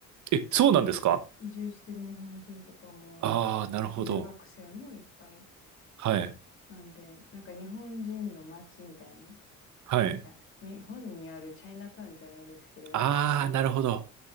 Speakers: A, on the right; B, on the left.
A: え、そうなんですか
B: 移住してる日本人とかも、
A: ああ、なるほど。
B: 学、留学生もいっぱい。
A: はい。
B: なんで、なんか日本人の街みたいな、
A: はい。
B: なんか日本にあるチャイナタウンじゃないですけど、なんかそういう
A: ああ、なるほど。